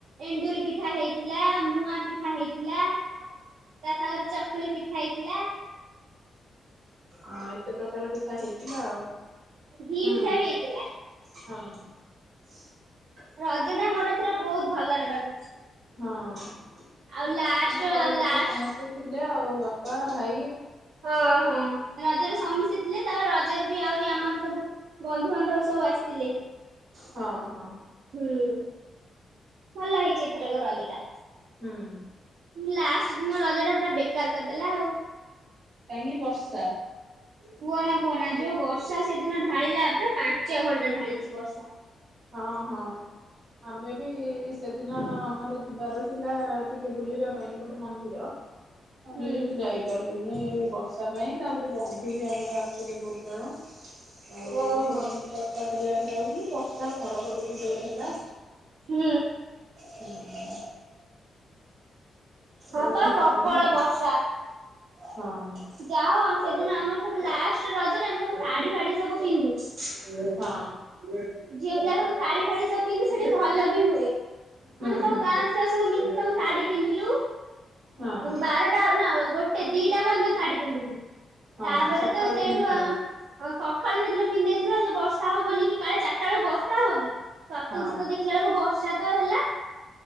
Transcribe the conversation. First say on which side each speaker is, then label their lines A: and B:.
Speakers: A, on the right (about 85°); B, on the right (about 65°).
A: ଏଣ୍ଡୁରି ପିଠା ହେଇଥିଲା, ମୁଆଁ ପିଠା ହେଇଥିଲା।
B: <inaudible>
A: ତା ସାଙ୍ଗରେ ଚକୁଳି ପିଠା ହେଇଥିଲା।
B: ଆଉ କେତେ ପ୍ରକାର ପିଠା ହେଇଥିଲା ଆଉ
A: ଘି
B: ହୁଁ
A: ପିଠା ବି ହେଇଥିଲା
B: ହଁ। <inaudible>
A: ରଜ ଟା ମୋର ଏଥରେ ବହୁତ ଭଲରେ କଟିଛି।
B: ହଁ ତମ
A: ଆଉ ଲାଷ୍ଟ
B: ଘର ଲୋକ
A: ଲାଷ୍ଟ
B: ସମସ୍ତେ ଥିଲେ ଆଉ, ବାପା ଭାଇ
A: ହଁ ହଁ ରଜରେ ସମିସ୍ତେ ଥିଲେ, ତାପରେ ରଜରେ ବି ଆହୁରି ଆମର ସବୁ ବନ୍ଧୁବାନ୍ଧବ ସବୁ ଆସିଥିଲେ।
B: ହଁ ହଁ।
A: ହୁଁ ଉଁ। ଭଲ ହେଇଛି ଏଥରକ ରଜଟା।
B: ହୁଁ ଉଁ।
A: ଲାଷ୍ଟ ଦିନ ରଜଟା ପୁରା ବେକାର କରିଦେଲା ଆଉ।
B: କାହିଁକି ବର୍ଷା?
A: କୁହ ନା କୁହନା ଯୋଉ ବର୍ଷା ସେଦିନ ଢାଳିଲା, ପୁରା ପାଞ୍ଚ ଘଣ୍ଟା ଢାଳିଛି ବର୍ଷା।
B: ହଁ ହଁ ଆମେ ବି ସେଦିନ ଆମର ଯିବାର ଥିଲା ଟିକେ ବୁଲିବା ପାଇଁ ଗୋଟେ ମନ୍ଦିର। ଆମେ
A: ହୁଁ
B: କିନ୍ତୁ ଯାଇପାରିଲୁନି ଏବର୍ଷ ର୍ଷା ପାଇଁ ତାପରେ ବନ୍ଧୁ ବି ଆମର ଆସଥିଲେ ବହୁତ ଜଣ ଆଉ
A: ଓହୋ
B: ସେମାନଙ୍କୁ ତ ଚର୍ଚ୍ଚା କରିବାରେ ରହିଲି ବର୍ଷା ଘଡଘଢି ବି ଜୋରେ ହେଲା।
A: ହୁଁ।
B: ହୁଁ।
A: ହଁ
B: ଆଉ ଯାଇପାରିଲୁନି
A: ପା ପ୍ରବଳ
B: ଆଉ।
A: ବର୍ଷା।
B: ହଁ।
A: ଯାହଉ ସେଦିନ ଆମର ସବୁ ଲାଷ୍ଟ ରଜରେ ଆମେ ସବୁ ଶାଢୀ ଫାଢୀ ସବୁ ପିନ୍ଧୁ।
B: ହଁ
A: <inaudible> ଝିଅ ପିଲା ସବୁ ଶାଢୀଫାଢୀ ସବୁ ପିନ୍ଧୁ ସେଠି ଭଲ ବି ହୁଏ
B: ହୁଁ
A: ମାନେ ସବୁ
B: ହୁଁ
A: ଗାଁ ଛୁଆସବୁ ମିସିକି ସବୁ ଶାଢୀ ପିନ୍ଧିଲୁ ଉ
B: ହଁ
A: ବାରଟା ନା ଗୋ ଟେ ଦିଟା ପର୍ଯ୍ୟନ୍ତ ଶାଢୀ ପିନ୍ଧିଲୁ।
B: ହଁ
A: ତାପରେ
B: ସକାଳୁ
A: ତ ସେଇଠୁ
B: ପିନ୍ଧିଥିଲ
A: ଆ ହଁ ସକାଳୁ ସେଦିନ ପିନ୍ଧେଇଥିଲୁ ଆଉ ବର୍ଷା ହବ ବୋଲିକି କାଳେ ଚାରିଟା ବେଳକୁ ବର୍ଷା ହବ କି? ସତକୁ
B: ହଁ
A: ସତ ଦେଖିଲା ବେଳକୁ ବର୍ଷା ତ ହେଲା।